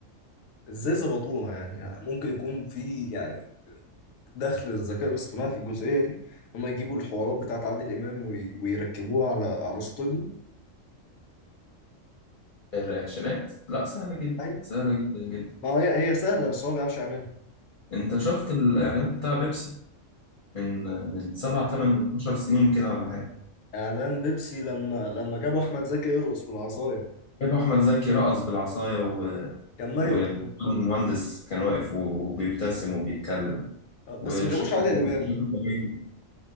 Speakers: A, on the left; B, on the left.
A: إزاي ظبطوها يعني ممكن يكون في يعني دخل الذكاء الاصطناعي في الجزئية دي هما يجيبوا الحوارات بتاعت عادل إمام وي- ويركبوها على على صوت ابنه
B: الرياكشنات لا سهلة جدا
A: أيوة.
B: سهلة جدا جدا
A: ما هي هي سهلة بس هو ما بيعرفش يعملها
B: انت شفت الاعلان بتاع بيبسي من من سبع تمن عشر سنين كده ولا حاجة
A: اعلان بيبسي لما لما جابوا احمد زكي يرقص بالعصاية
B: جابوا احمد زكي رقص بالعصاية و...
A: كان ميت
B: و...
A: هو
B: المهندس كان واقف وبيبتسم وبيتكلم
A: آه،
B: وشكله
A: بس ما جابوش عادل
B: طبيعي
A: امام
B: شكله طبيعي جدا